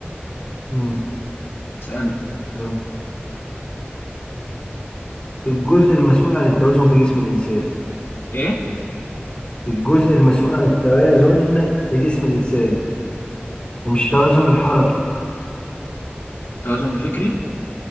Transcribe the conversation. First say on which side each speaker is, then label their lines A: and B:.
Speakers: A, on the left; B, on the left.
A: مم.
B: اسألني
A: تمام. الجزء المسؤول عن التوازن في جسم الإنسان
B: إيه
A: الجزء المسؤول عن التوازن في جسم الإنسان ومش التوازن الحركي
B: التوازن الفكري